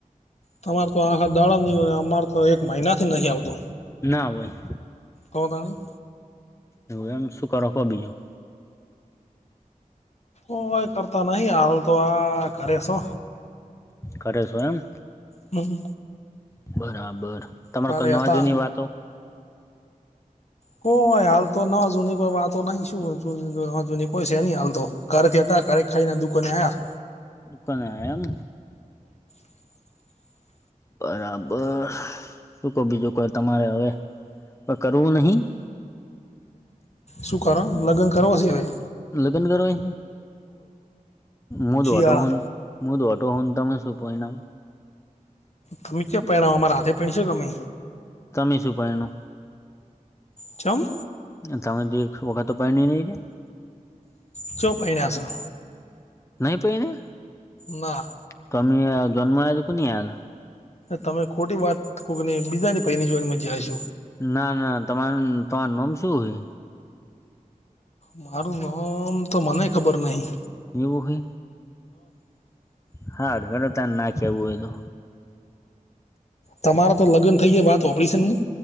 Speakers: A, on the left (about 50°); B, on the left (about 20°).
A: તમારે તો આખા દાડણ ન હોય અમારે તો એક મહિનાથી નહી આવતુ
B: ના હોય
A: કો તણી
B: એવું એમ શું કરો ક બીજું.
A: ઓઈ કરતા નહી હાલ તો આ કરે શો
B: કરે શો એમ
A: હમ
B: બરાબર તમારે
A: ઘરે
B: કઈ નવાજુની
A: હતા
B: વાતો
A: કોય હાલ તો ન જૂની કોઈ વાતો નહી શું ના જૂની કોઈ છે ન હાલ તો ઘરેથી હતા ઘરે ખાઈને દુકોને આયા
B: દુકાને આયા એમ
A: <inaudible>
B: બરાબર શું કહો બીજું કોઈ તમારે હવે કરવું નહીં
A: શું કરો લગ્ન કરવા સિવાય
B: લગન કરય મોધ
A: શિયાળા
B: વાટો હ મુું તોટો શુન તમ સુપ ના
A: તમે ક્યા પરિણામ અમારા હાથે પશો કેમે
B: તમી શુંપાઈનું
A: ચમ
B: તમે દી વ કા તો પ પાં ન ન એતે
A: ચો પને છો
B: નહી પ ને
A: ના
B: તમે જન્મ આવજ કો આલા
A: તમે ખોટી વાત કક ને બીજાની પૈની જો મજશ
B: ના ના તમાર તમારું નાોમ શું હોય
A: મારું નામ તો મને ખબર નહી
B: એવું હો હા ત્યાં ના ચવું હોય તો
A: તમારા તો લગ્ન થઈ જાય વાત ઓપરેશન માં